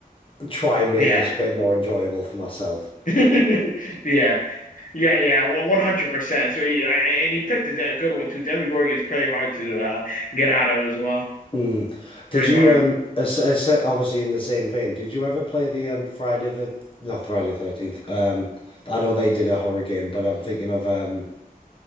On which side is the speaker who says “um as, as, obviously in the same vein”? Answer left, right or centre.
Left